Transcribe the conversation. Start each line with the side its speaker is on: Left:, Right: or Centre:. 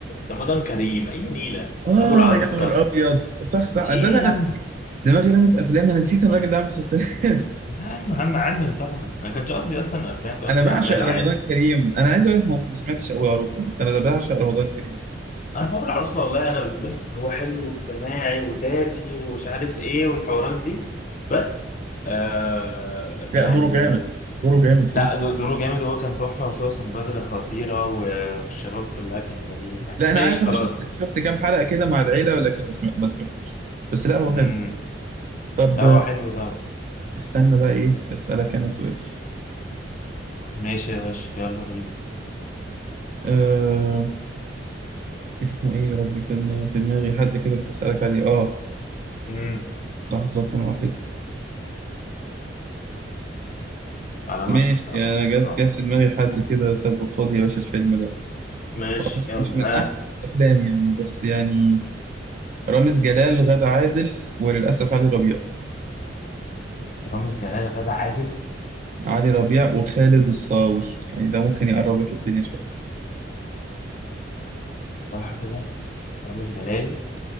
Left: رمضان كريم اي نيلة
Right: اه
Left: ابو العروسة
Right: يا نهار ابيض صح صح
Left: في
Right: أصل
Left: ايه
Right: انا
Left: يا عم؟
Right: دماغي رمت افلام انا نسيت إن الراجل ده عامل مسلسلات <laughs>
Left: لا ايوه يا عم عامل طبعا ما كانش قصدي اصلا افلام كان قصدي
Right: انا بعشق
Left: اعمال عادي
Right: رمضان كريم انا عايز اقول لك ما ما سمعتش اول عروسه بس انا ده بعشق رمضان كريم
Left: انا بابا العروسه والله انا بص هو حلو واجتماعي ودافي ومش عارف ايه والحوارات دي بس آه يعني
Right: لا دوره جامد دوره جامد فيه
Left: لا دو- دوره جامد هو كان تحفه وسوسن بدر خطيره و- والشباب كلها كانت جميله يعني
Right: لا
Left: ماشي
Right: انا عارف
Left: خلاص
Right: انا شفت شفت كام حلقه كده مع العيله ولكن ما سمعت- ما سمعتوش بس لا هو حلو
Left: امم
Right: طب
Left: لا هو حلو طبعا
Right: استنى بقى ايه اسالك انا سؤال
Left: ماشي يا باشا يلا بينا
Right: آه اسمه ايه يا ربي كان في دماغي حد كده كنت اسالك عليه اه
Left: امم
Right: لحظة واحدة
Left: على
Right: ماشي
Left: ما على
Right: انا
Left: ما
Right: جت
Left: بالراحه
Right: جت في دماغي حد كده طب خد يا باشا الفيلم ده
Left: ماشي
Right: هو مش
Left: يلا
Right: مش من
Left: ها
Right: احسن الافلام يعني بس يعني رامز جلال غادة عادل وللاسف علي ربيع
Left: رامز جلال غدا عادل
Right: علي ربيع وخالد الصاوي يعني ده ممكن يقرب لك الدنيا شويه
Left: بالراحه كده رامز جلال